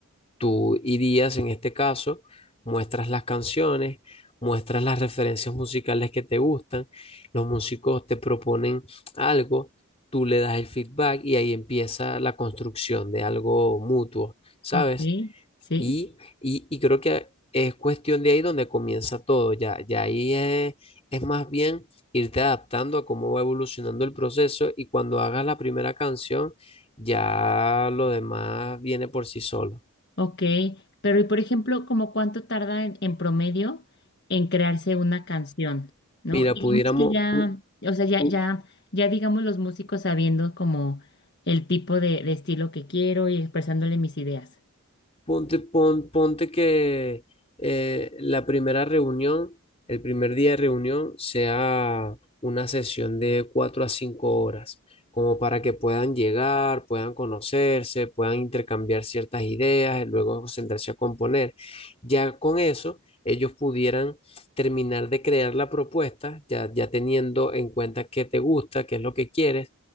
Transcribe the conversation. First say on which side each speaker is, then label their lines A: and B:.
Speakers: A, on the left (about 25°); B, on the left (about 50°).
A: Tú irías, en este caso, muestras las canciones, muestras las referencias musicales que te gustan, los músicos te proponen algo, tú le das el feedback y ahí empieza la construcción de algo mutuo, ¿sabes?
B: Ok, sí.
A: Y, y, y creo que es cuestión de ahí donde comienza todo, ya, ya ahí es, es más bien irte adaptando a cómo va evolucionando el proceso y cuando hagas la primera canción, ya lo demás viene por sí solo.
B: Ok, pero y por ejemplo, ¿como cuánto tarda en, en promedio en crearse una canción? ¿No?
A: Mira,
B: Digamos
A: pudiéramos,
B: que ya,
A: pu-
B: o sea, ya,
A: pu-
B: ya, ya digamos los músicos sabiendo como el tipo de, de estilo que quiero y expresándole mis ideas.
A: Ponte, pon- ponte que eh, la primera reunión, el primer día de reunión, sea una sesión de cuatro a cinco horas, como para que puedan llegar, puedan conocerse, puedan intercambiar ciertas ideas, y luego sentarse a componer. Ya con eso, ellos pudieran terminar de crear la propuesta, ya, ya teniendo en cuenta qué te gusta, qué es lo que quieres,